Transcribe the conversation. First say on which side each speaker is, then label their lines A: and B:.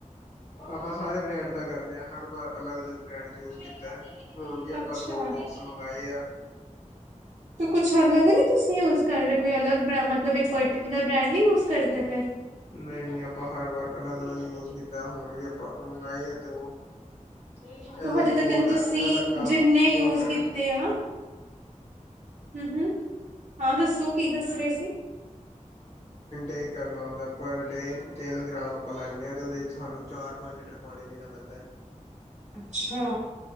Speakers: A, on the left; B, on the right.
A: ਆਪਾਂ ਸਾਰੇ ਬ੍ਰੈਂਡ ਦਾ ਕਰਦੇ ਹਰ ਵਾਰ ਅਲੱਗ ਅਲੱਗ ਬ੍ਰੈਂਡ ਯੂਜ ਕੀਤਾ। ਹੁਣ ਵੀ ਆਪਾਂ
B: ਅੱਛਾ।
A: ਦੋ ਬੋਕੱਸ ਮੰਗਾਏ ਆ।
B: ਕੁਛ ਅਲੱਗ ਨੀ ਤੁਸੀਂ ਯੂਜ ਕਰ ਰੇ, ਕੋਈ ਅਲਗ ਬ ਮਤਲਬ ਇਕ ਪਰਟੀਕੁਲਰ ਬ੍ਰਾਂਡ ਨੀ ਯੂਜ ਕਰਦੇ ਪਏ।
A: ਨਹੀਂ ਆਪਾਂ ਹਰ ਵਾਰ ਅਲੱਗ ਅਲੱਗ ਯੂਜ ਕੀਤਾ ਹੁਣ ਵੀ ਆਪਾਂ ਮੰਗਾਏ ਆ ਦੋ ਇਹਦੇ
B: ਤੋ ਹਜੇ
A: ਚ
B: ਤੱਕ
A: ਬੋਟਰ
B: ਤੁਸੀਂ
A: ਇਹਦਾ ਕਮ
B: ਜਿੰਨੇ ਯੂਜ
A: ਬੋਟਰ
B: ਕੀਤੇ ਆ ਹੂੰ ਹੂੰ ਹਾਂ ਦੱਸੋ, ਕੀ ਦੱਸ ਰਹੇ ਸੀ?
A: ਏਹੀ ਕਰਨਾ ਹਹੁੰਦਾ ਪਰ ਡੇ ਤਿੰਨ ਗ੍ਰਾਮ ਆਪਾਂ ਲੈਨੇ ਹਾਂ ਤੇ ਉਹਦੇ ਚ ਸਾਨੂੰ ਚਾਰ ਪੰਜ ਲੀਟਰ ਪਾਣੀ ਪੀਣਾ ਪੈਂਦਾ ਹੈ।
B: ਅੱਛਾ